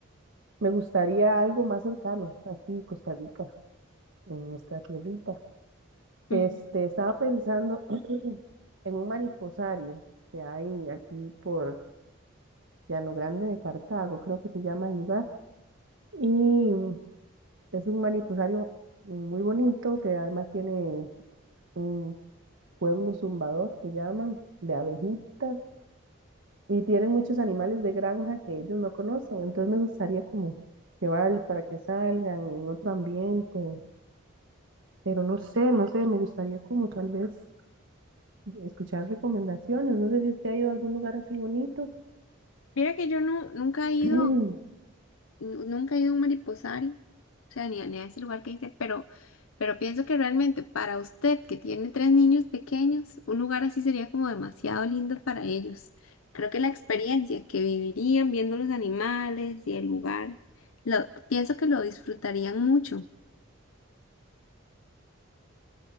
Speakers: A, on the right; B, on the left.
A: Me gustaría algo más cercano, aquí Costa Rica, en nuestra tierrita. Este,
B: Ujú.
A: estaba pensando <clears throat> en un mariposario que hay aquí por Llano Grande de Cartago, creo que se llama el lugar. Y es un manipusario muy bonito que además tiene un pueblo zumbador que llaman de abejitas y tienen muchos animales de granja que ellos no conocen. Entonces me gustaría como llevarles para que salgan en otro ambiente, pero no sé, no sé, me gustaría como tal vez escuchar recomendaciones. No sé si usted ha ido a algún lugar así bonito.
B: Mira que yo no, nunca he ido,
A: <clears throat>
B: nu- nunca he ido a un mariposario. O sea, ni, ni a ese lugar que dice, pero, pero pienso que realmente para usted que tiene tres niños pequeños, un lugar así sería como demasiado lindo para ellos. Creo que la experiencia que vivirían viendo los animales y el lugar, lo, pienso que lo disfrutarían mucho.